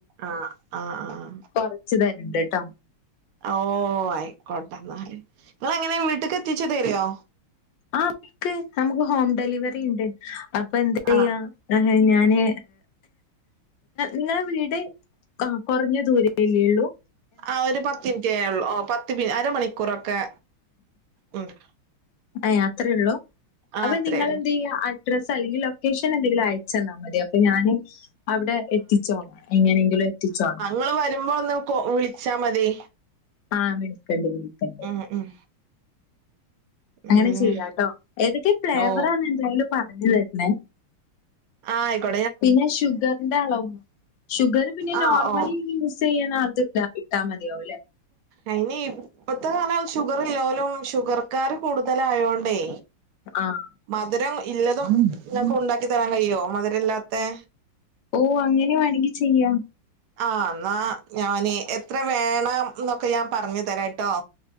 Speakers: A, on the right; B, on the left.
A: ആഹ് ആഹ് അഹ് ആഹ്
B: കൊറച്ച് തരണ്ട്ട്ടോ
A: ഓഹ് അയിക്കോട്ടന്നാല് നിങ്ങെളെങ്ങനെ വീട്ടക്ക് എത്തിച്ചു തരോ
B: ആഹ് വിളിക്ക് നമുക്ക് ഹോം ഡെലിവറിണ്ട് അപ്പൊ എന്തയ്യാ
A: ആഹ്
B: ഇങ്ങളെ ഞാന് നിങ്ങളെ വീട് കുറഞ്ഞ ദൂരല്ലേള്ളൂ
A: ആഹ് ഒരു പത്ത്ൻറ്റ് ഒള്ളു ഓ പത്ത് മിനി അരമണിക്കൂറൊക്കെ ഉണ്ട്
B: ആഹ് അത്രയ ഉള്ളൂ
A: ആ
B: അപ്പൊ
A: അത്രേ
B: നിങ്ങളെന്തയ്യാ
A: ഉള്ളൂ
B: അ ഡ്രസ്സ് അല്ലെങ്കിൽ ലൊക്കേഷൻ എന്തെങ്കിലും അയച്ചന്നാമതി അപ്പൊ ഞാന് അവിടെ എത്തിച്ചോള എങ്ങനെങ്കിലും എത്തിച്ചോണം
A: ഇങ്ങള് വരുമ്പ ഒന്ന് കോൾ വിളിച്ചാ മതി
B: ആഹ് വിളിക്കണ്ട് വിളിക്കണ്ട്
A: ആഹ് ഉം.
B: അങ്ങനെ
A: ആണല്ലേ
B: ചെയ്യാട്ടോ ഏതൊക്കെ ഫ്ലേവറാന്ന്
A: ഓ
B: എന്തായാലും പറഞ്ഞ് തര്ണെ.
A: ആഹ് അയികൊ
B: പിന്നെ ഷുഗറിന്റെ അളവും ഷുഗർ പിന്നെ
A: ആഹ്
B: നോർമൽ
A: ഓ
B: യൂസെയ്യ്ണെ അത് ട്ടാ മതിയാവും ല്ലേ.
A: അയ്ന് ഇപ്പത്തെ കാലം ഷുഗറ്ല്ലോലും ഷുഗർക്കാര് കൂടുതല് ആയോണ്ടേ.
B: ആഹ്.
A: മധുരം ഇല്ലതും ഇങ്ങക്ക് ഉണ്ടാക്കി തരാൻ കഴിയോ മധുരല്ലാത്തെ.
B: ഓഹ് അങ്ങനെ വേണെങ്കി ചെയ്യാ.
A: ആഹ് ന്നാ ഞാൻ എത്ര വേണം ന്നൊക്കെ ഞാൻ പറഞ്ഞു തരാട്ടോ.